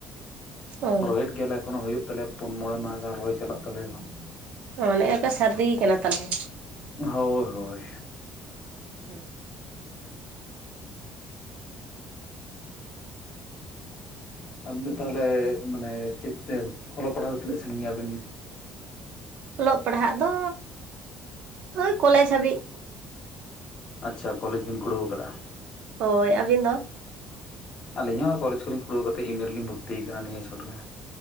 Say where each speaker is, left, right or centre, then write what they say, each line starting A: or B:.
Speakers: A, on the right (about 60°); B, on the left (about 40°).
A: ᱚ
B: ᱨᱚᱦᱚᱭᱮᱫ ᱜᱮᱭᱟᱞᱮ ᱮᱠᱷᱚᱱᱳ ᱦᱳᱭᱩᱜ ᱛᱟᱞᱮᱭᱟ ᱯᱩᱱ ᱢᱚᱬᱮ ᱢᱟᱦᱟ ᱜᱟᱱ ᱨᱚᱦᱚᱭ ᱪᱟᱞᱟᱜ ᱛᱟᱞᱮᱭᱟ ᱮᱠᱷᱚᱱ᱾
A: ᱚ ᱱᱮᱜ-ᱮ ᱯᱮ ᱥᱟᱨᱫᱤᱭ ᱠᱟᱱᱟ ᱛᱟᱞᱦᱮ᱾
B: ᱦᱳᱭ ᱦᱳᱭ᱾
A: <inaudible>
B: ᱟᱵ ᱫᱚ ᱛᱟᱦᱚᱞᱮ ᱢᱟᱱᱮ ᱪᱮᱫ ᱛᱮ ᱚᱞᱚᱜ ᱯᱟᱲᱦᱟᱣ ᱫᱚ ᱛᱤᱱᱟᱹᱜ ᱥᱟᱺᱜᱤᱧ ᱜᱮ ᱟᱵᱮᱱ
A: ᱚᱞᱚᱜ ᱯᱟᱲᱦᱟᱜ ᱫᱚ ᱳᱭ ᱠᱚᱞᱮᱡᱽ ᱦᱟᱹᱵᱤᱡ᱾
B: ᱟᱪᱪᱷᱟ ᱠᱚᱞᱮᱡᱽ ᱵᱤᱱ ᱠᱩᱲᱟᱹᱣ ᱟᱠᱟᱫᱟ᱾
A: ᱦᱳᱭ, ᱟᱹᱵᱤᱱ ᱫᱚ?
B: ᱟᱹᱞᱤᱧ ᱦᱚᱸ ᱚᱱᱟ ᱠᱚᱞᱡᱽ ᱠᱚᱞᱤᱧ ᱠᱩᱲᱟᱹᱣ ᱠᱟᱛᱮᱫ ᱮᱢ ᱮ ᱨᱮᱞᱤᱧ ᱞᱤᱧ ᱵᱷᱛᱛᱤᱭ ᱠᱟᱱᱟ ᱱᱤᱭᱟᱹᱪᱷᱚᱴ ᱜᱮ᱾